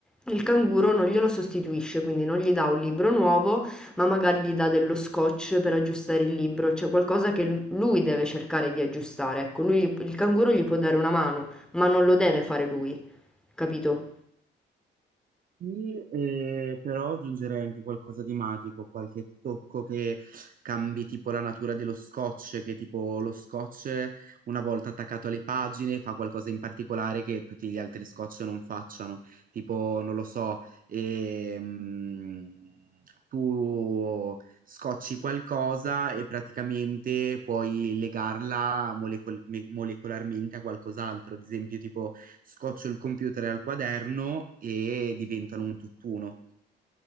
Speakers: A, in the centre; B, on the right (about 45°).
A: Il canguro non glielo sostituisce, quindi non gli dà un libro nuovo, ma magari gli dà dello scotch per aggiustare il libro, cioè qualcosa che l- lui deve cercare di aggiustare. Ecco, lui, il canguro gli può dare una mano, ma non lo deve fare lui, capito?
B: Sì, eh, però aggiungerei anche qualcosa di magico, qualche tocco che cambi tipo la natura dello scotch, che tipo lo scotch una volta attaccato alle pagine fa qualcosa in particolare che tutti gli altri scotch non facciano, tipo non lo so, ehm, tu scocci qualcosa e praticamente puoi legarla molecol- me- molecolarmente a qualcos'altro, ad esempio tipo scoccio il computer al quaderno e diventano un tutt'uno.